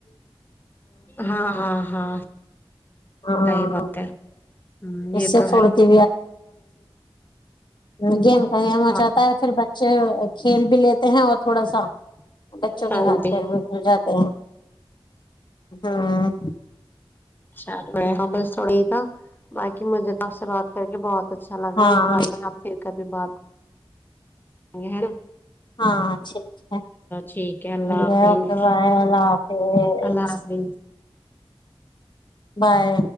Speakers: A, on the left (about 20°); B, on the left (about 55°).
A: ہاں ہاں ہاں
B: ہاں
A: سی بات ہے ہ یہ
B: اس سے
A: تو
B: پھرتی
A: ہے
B: ہاں جی تو ایم ہو
A: ہاں
B: جاتا ہے پھر بچے ک بے ہیں اور تھوڑا سا بچوں
A: ہاں
B: کے ہاتھ
A: جی
B: پیر بھی بھل جاتے ہیں ہوں
A: اچ ہ بس تھوڑے ہی تھا باقی مجھے تو آپ سے بات کر کے بہت اچ اچھا لگا
B: ہاں
A: اس بارے میں آپ پھر کبھی بات ہےا
B: ہاں ٹھیک ہے
A: ٹھیک اللہ حافظ
B: ہے اوکے بائے اللہ حافظ
A: اللہ حافظ
B: بائے